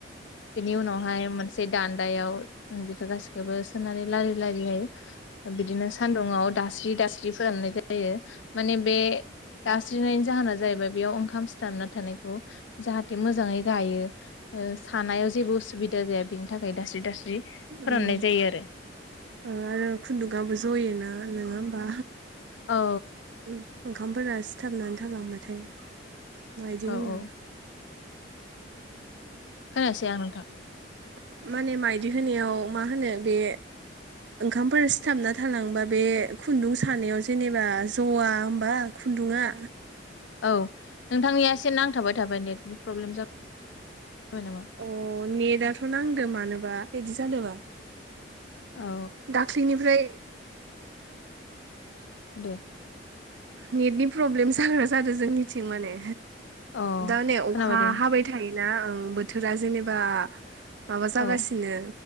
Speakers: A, on the left (about 80°); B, on the right (about 70°).
A: बेनि उनावहाय मो दान्दायाव बेखौ गासिखौबो सोनानै लारि लारियो बिदिनो सान्दुुंआव दास्रि दास्रि फोराननाय जायो माने बे दास्रिनायनि जाहोना जाहैबाय बेयाव ओंखाम सिथाबना थानायखौ जाहाथे मोजाङै गायो सानायाव जेबो उसुबिदा जाया बेनि थाखाय दास्रि दास्रि
B: उम
A: फोराननाय जायो आरो
B: <inaudible> आरो खुन्दुकआो जयोना नंङा होमबा
A: औ
B: उम ओंखामफोरा सिथाबनानै थालांबाथाय मदि
A: औ
B: होनो
A: औ खोनयासै आं नोंथां
B: <inaudible> माने माइदि होनायाव मा होनो बे ओंखामफोर सिथाबना थालांबा बे खुन्दुं सानायाव जेनेबा जवा होमबा खुन्दुंङा
A: औ नोंथांनिया एसे नांथाबाय थाबाय नेटनि प्रब्लेम जाबाय नामा
B: अ नेटआथ' नांदों मानोबा बिदि जादोंबा
A: औ
B: दाख्लैनिफ्राय
A: दे
B: नेटनि प्रब्लेम जाग्रा जादों जोंनिथिं माने
A: अ
B: दा नै अखा
A: खोनाबाय दे
B: हाबाय थायो ना ओं बोथोरा जेनेबा माबा जागासिनो
A: औ